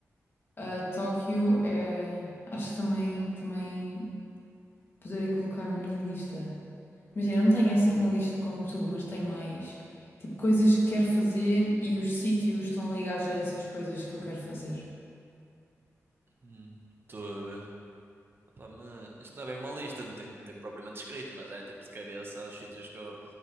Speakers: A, on the left; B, on the right.
A: eh, Tóquio é. Acho que também, também poderia colocar na minha lista. Imagina, eu não tenho essa, uma lista como tu, mas tenho mais tipo coisas que quero fazer e os sítios estão ligados a essas coisas que eu quero fazer.
B: Hum, Estou a ver. Pá, mas isto não é bem uma lista, não tem, não tem propriamente escrito, mas é tipo de cabeça os sítios que eu